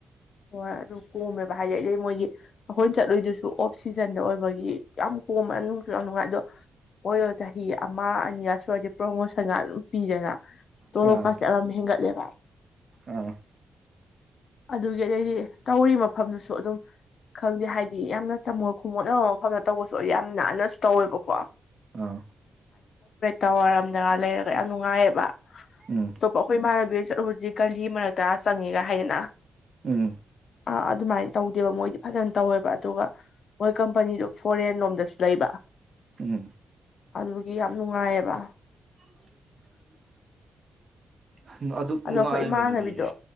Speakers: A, on the left; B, on the right.
A: ꯍꯣꯏ ꯑꯗꯨ ꯀꯣꯝꯃꯦꯕ ꯍꯥꯏꯗꯤ ꯑꯩꯩ ꯃꯣꯏꯒꯤ ꯑꯩꯈꯣꯏ ꯆꯠꯂꯨꯏꯗꯨꯁꯨ ꯑꯣꯐ ꯁꯤꯖꯟꯗ ꯑꯣꯏꯕꯒꯤ ꯌꯥꯝ ꯄꯣꯝꯕꯁꯨ ꯌꯥꯝ ꯅꯨꯡꯉꯥꯏ ꯑꯗꯣ ꯑꯣꯏꯔꯣ ꯆꯍꯤ ꯑꯃ ꯑꯅꯤꯒ ꯁꯨꯔꯗꯤ ꯄ꯭ꯔꯣꯃꯣꯁꯟꯒ ꯑꯗꯨꯝ ꯄꯤꯗꯅ ꯇꯣꯂꯣꯞꯀꯥꯁꯦ
B: ꯑꯥ
A: ꯌꯥꯝꯝ ꯍꯦꯟꯒꯠꯂꯦꯕ
B: ꯑꯥ
A: ꯑꯗꯨꯒꯤ ꯑꯩꯗꯤ ꯇꯧꯔꯤ ꯃ ꯃꯐꯝꯗꯨꯁꯨ ꯑꯗꯨꯝ ꯈꯪꯗꯦ ꯍꯥꯏꯗꯤ ꯌꯥꯝꯅ ꯆꯝꯃꯣꯜ ꯈꯨꯃꯣꯠ ꯑꯃ ꯃꯐꯝꯗ ꯇꯧꯕꯁꯨ ꯌꯥꯝ ꯅꯥꯟꯅꯁꯨ ꯇꯧꯋꯦꯕꯀꯣ
B: ꯑꯥ
A: ꯇꯋꯥꯔꯝꯗꯒ ꯂꯩꯔꯒ ꯌꯥꯝ ꯅꯨꯡꯉꯥꯏꯌꯦꯕ
B: ꯎꯝ
A: ꯑꯇꯣꯞꯄ ꯑꯩꯈꯣꯏ ꯏꯃꯥꯟꯅꯕꯤꯗ ꯆꯠꯂꯨꯕꯗꯤ ꯒꯂꯤ ꯃꯔꯛꯇ ꯆꯪꯉꯦꯔ ꯍꯥꯏꯗꯅ
B: ꯎꯝ
A: ꯑꯥ ꯑꯗꯨꯃꯥꯏꯅ ꯇꯧ ꯕ ꯃꯣꯏꯗꯤ ꯐꯖꯅ ꯇꯧꯋꯦꯕ ꯑꯗꯨꯒ ꯃꯣꯏ ꯀꯝꯄꯅꯤꯗꯨ ꯐꯣꯔꯦꯟ ꯂꯣꯝꯗꯁꯨ ꯂꯩꯕ
B: ꯎꯝ
A: ꯑꯗꯨꯒꯤ ꯌꯥꯝ ꯅꯨꯡꯉꯥꯏꯑꯕ
B: <inaudible> ꯑꯗꯨꯛ ꯅꯨꯡꯉꯥꯏꯕꯗꯨꯗꯤ
A: ꯑꯗꯣ ꯑꯩꯈꯣꯏ ꯏꯃꯥꯟꯅꯕꯤꯗꯣ